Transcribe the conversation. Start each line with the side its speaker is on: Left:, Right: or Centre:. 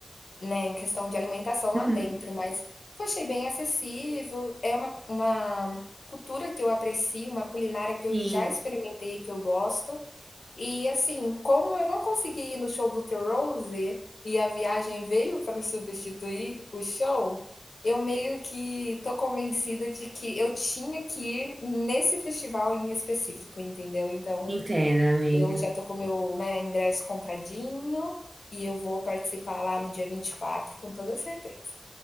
Left: Né, em questão de alimentação lá
Right: Uhum.
Left: dentro, mas eu achei bem acessível, é uma uma cultura que eu aprecio, uma culinária que eu
Right: Sim,
Left: já experimentei, que eu gosto. E, assim, como eu não consegui ir no show do The Rose, e a viagem veio para substituir o show, eu meio que tô convencida de que eu tinha que ir nesse festival em específico, entendeu. Então,
Right: entendo, amiga.
Left: eu já tô com o meu, né, ingresso compradinho e eu vou participar lá no dia 24 com toda certeza.